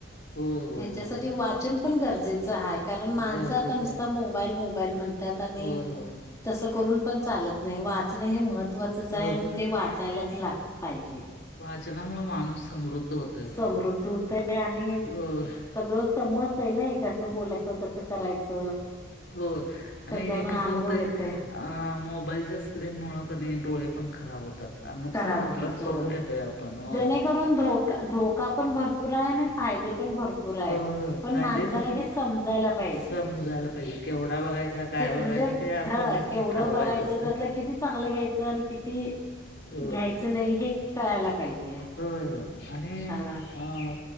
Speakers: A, on the left (about 60°); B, on the left (about 15°).
A: होय होय होय
B: ह्याच्यासाठी
A: होय
B: वाचन पण गरजेचं आहे कारण माणसं
A: गरजेचं
B: आता नुसता
A: आहे
B: मोब मोबाईल मोबाईल म्हणतात आणितसं
A: होय होय
B: करून पण चालत नाहीवाचन हे महत त्वाचच आहे
A: हो
B: आणि ते वाचायलाच लाग पाहिजे
A: वाचनामुळे माणूस समृद्ध होतो आहे बघा
B: समृद्ध होतय आणि
A: होय
B: सगळ समजतं न कसं बोलायचं कसं करायचं
A: हो आणि
B: त्याच्यान
A: कसं
B: अनुभव
A: होतंय
B: येतय
A: आ मोबाईलच्या स्क्रीनमुळं कधी डोळे पण खराब होतात आणि नुकसान
B: खराब
A: आपलंच
B: होतात हो
A: करून घेतो आहे आपण होय
B: जेणेकरून धोका धो का पण भरपूर आहे आणि फायदे पण भरपूर आहे
A: होय
B: नाही
A: होय
B: पण
A: फायदे
B: माणसाला हे समजायला पाहिजे
A: समजायला पाहिजे केवढा बघायचा काय बघायचं
B: म्हणजे
A: ते आपणच
B: हा केवढं
A: ठरवायचं
B: बघायचं
A: असतं
B: त्यातलं किती चांगलं घ्यायचं आणि किती
A: होय
B: घ्यायचं नाही हे कळायला पाहिजे
A: होय होय आणि
B: हा
A: आ